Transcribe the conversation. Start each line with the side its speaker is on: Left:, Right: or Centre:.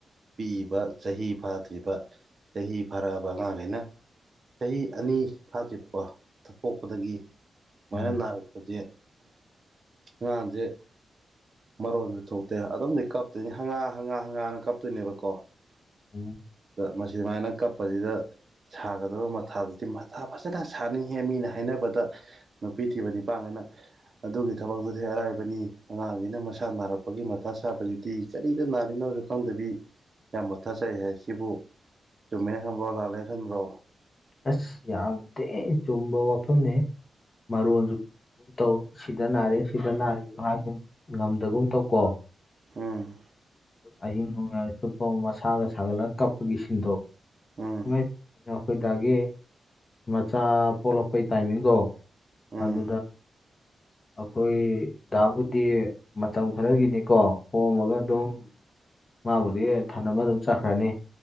Right: ꯄꯤꯕ ꯆꯍꯤ ꯐꯥꯗ꯭ꯔꯤꯕ ꯆꯍꯤ ꯐꯔꯛꯑꯕ ꯑꯉꯥꯡꯈꯩꯅ ꯆꯍꯤ ꯑꯅꯤ ꯐꯥꯗ꯭ꯔꯤꯕꯀꯣꯛ ꯄꯣꯛꯄꯗꯒꯤ ꯁꯨꯃꯥꯏꯅ
Left: ꯎꯝ
Right: ꯅꯥꯔꯛꯄꯁꯦ ꯑꯉꯥꯡꯁꯦ ꯃꯔꯣꯟꯁꯨ ꯊꯣꯛꯇꯦ ꯑꯗꯨꯝꯗꯤ ꯀꯞꯇꯣꯏꯅꯤ ꯍꯪꯒꯥꯥ ꯍꯪꯒꯥꯥ ꯍꯪꯒꯥꯥꯅ ꯀꯞꯇꯣꯏꯅꯦꯕꯀꯣ
Left: ꯎꯝ
Right: ꯃꯁꯤ ꯑꯗꯨꯃꯥꯏꯅ ꯀ ꯄꯁꯤꯗ ꯁꯥꯒꯗꯕ ꯃꯊꯥꯗꯨꯗꯤ ꯃꯊꯥ ꯐꯖꯅ ꯁꯥꯅꯤꯡꯉꯦ ꯃꯤꯅ ꯍꯥꯏꯅꯕꯗ ꯅꯨꯄꯤ ꯊꯤꯕꯅꯤ ꯄꯥꯡꯉꯅ ꯑꯗꯨꯒꯤ ꯊꯕꯛꯇꯨꯗꯤ ꯑꯔꯥꯏꯕꯅꯤ ꯑꯉꯥꯡꯁꯤꯅ ꯃꯁꯥ ꯅꯥꯔꯛꯄꯒꯤ ꯃꯊꯥ ꯁꯥꯕꯁꯤꯗꯤ ꯀꯔꯤꯗ ꯅꯥꯔꯤꯅꯣ ꯈꯪꯗꯕꯤ ꯌꯥꯝ ꯃꯊꯥꯖꯩ ꯍꯥꯏ ꯁꯤꯕꯨ ꯆꯨꯝꯃꯦꯅ ꯈꯪꯕ꯭ꯔꯣ ꯂꯅꯥꯂꯩꯅ ꯈꯪꯕ꯭ꯔꯣ
Left: ꯑꯁ ꯌꯥꯝ ꯊꯦ ꯆꯨꯝꯕ ꯋꯥꯐꯝꯅꯦ ꯃꯔꯣꯟꯁꯨ ꯒꯨꯝ ꯇꯧ ꯁꯤꯗ ꯅꯥꯔꯦ ꯁꯤꯗ ꯅꯥꯔꯦꯗꯣ ꯍꯥꯏꯒꯨꯝ ꯉꯝꯗꯒꯨꯝ ꯇꯧꯀꯣ
Right: ꯎꯝ
Left: ꯑꯍꯤꯡ ꯅꯅꯨꯡꯌꯥꯥꯏꯔꯁꯨ ꯄꯥꯎ ꯃꯁꯥꯒ ꯁꯥꯒꯠꯂꯒ ꯀꯞꯄꯒꯤ ꯁꯤꯟꯗꯣꯛ
Right: ꯎꯝ
Left: ꯈꯣꯏ ꯑꯗꯨꯗꯒꯤ ꯃꯆꯥ ꯄꯣꯛꯂꯛꯄꯩ ꯇꯥꯏꯃꯤꯡꯗꯣ
Right: ꯎꯝ
Left: ꯑꯗꯨꯗ ꯑꯩꯈꯣꯏ ꯗꯥꯕꯨꯗꯤ ꯃꯇꯝ ꯈꯔꯒꯤꯅꯤꯀꯣ ꯄꯣꯝꯃꯒ ꯑꯗꯨꯝ ꯃꯥꯕꯨꯗꯤ ꯊꯟ ꯑꯃ ꯑꯗꯨꯝ ꯆꯠꯈ꯭ꯔꯅꯤ